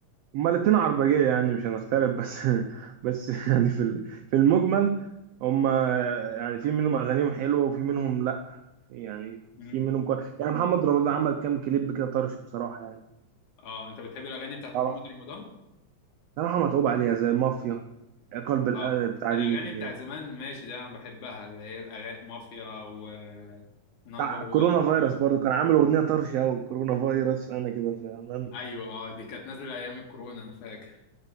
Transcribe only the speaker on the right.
هما الاتنين عربجية يعني مش هنختلف بس <laughs> بس يعني في ال- في المجمل هما يعني في منهم أغانيهم حلوة وفي منهم لأ يعني
في منهم كويس يعني محمد رمضان عمل كام كليب كده طرش بصراحة يعني
طبعا
صراحة متعوب عليها زي مافيا قلب القلب
بتاع
دي
بتاع
كورونا فيروس برضه
كان عامل أغنية طرش أوي كورونا فيروس أنا كده في أمان